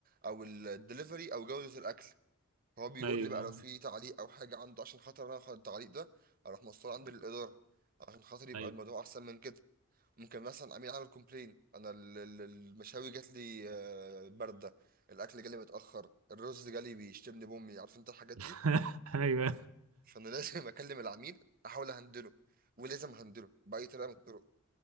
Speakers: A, on the right; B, on the right.
A: او الدليفري او جوده الاكل هو بيقول
B: ايوه
A: لي بقى لو في تعليق او حاجه عنده عشان خاطر انا اخد التعليق ده اروح موصله عندي للاداره عشان خاطر يبقى
B: ايوه
A: الموضوع احسن من كده ممكن مثلا عميل عامل كومبلين انا ال- ال- المشاوي جات لي آه، بارده الاكل جالي متاخر الرز جالي بيشتمني بامي عارف انت الحاجات
B: <laughs>
A: دي
B: ايوه
A: فانا لازم <laughs> اكلم العميل احاول اهندله ولازم اهندله باي طريقه من الطرق